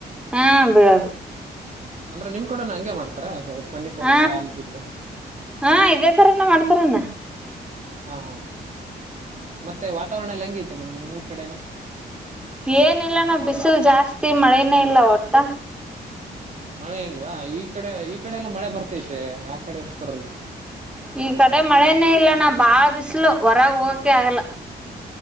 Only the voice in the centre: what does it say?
ಹಾ ಬಿಳದು
ಹ
ಹಾ ಇದೇ ತರನ ಮಾಡ್ತಾರಣ
ಏನಿಲ್ಲ ನ ಬಿಸಿಲು ಜಾಸ್ತಿ ಮಳೆನೇ ಇಲ್ಲ ಒಟ್ಟ
ಈ ಕಡೆ ಮಳೆನೇ ಇಲ್ಲ ನ ಬಾಳ ಬಿಸ್ಲು ಹೊರಗೆ ಹೋಗಕೆ ಆಗಲ್ಲ